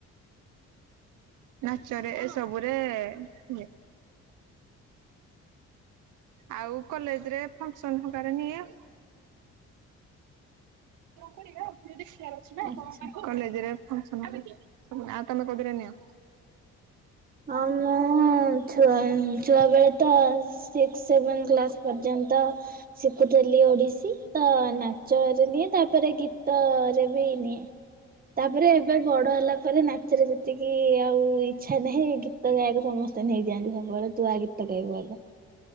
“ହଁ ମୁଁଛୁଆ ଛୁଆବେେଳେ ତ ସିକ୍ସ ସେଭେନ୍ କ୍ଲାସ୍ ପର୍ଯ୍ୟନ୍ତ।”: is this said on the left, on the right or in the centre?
Right